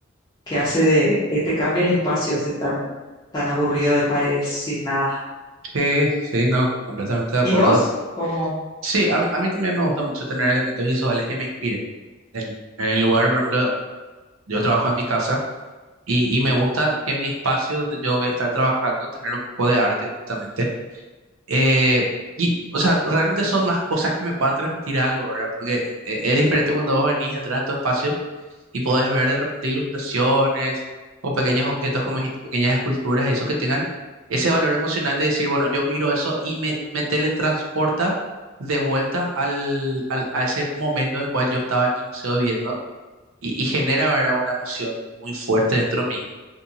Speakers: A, on the left (about 20°); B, on the right (about 85°).
A: que hace de, que te cambia el espacio ese tan, tan aburrido de paredes sin nada.
B: sí, sí, no, completamente de
A: ¿Y
B: acuerdo.
A: vos? ¿Cómo?
B: Sí, a, mí a mí también me gusta mucho tener elementos visuales que me inspiren. pues, En, en el lugar, por ejemplo, yo trabajo en mi casa y, y me gusta que en mi espacio donde yo voy a estar trabajando tener un poco de arte justamente. Eh, y, o sea, realmente son más cosas que me puedan transmitir algo, ¿verdad? Porque eh, es diferente cuando vos venís, entras en tu espacio. y podés ver de repente ilustraciones o pequeños objetos, como dijiste, pequeñas esculturas, eso que tengan ese valor emocional de decir, bueno, yo miro eso y me, me teletransporta de vuelta al, al- a ese momento en el cual yo estaba en el museo viendo y, y genera, ¿verdad? una emoción muy fuerte dentro mío.